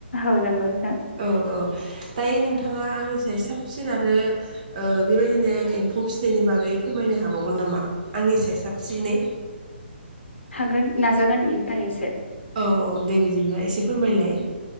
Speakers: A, on the left; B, on the right.
A: औ नंगौ नोंथां
B: औ औ दायो नोंथाङा आंनिफ्राय साब साबसिन आरो। ओ-बेबायदिनो एम्फौ फिसिनायनि बागै फोरमायनो हाबावगोन नामा आंनि सायाव साबसिनै?
A: गोन नाजागोन नोंथां एसे।
B: औ औ दे बिदिब्ला एसे फोरमायलाय।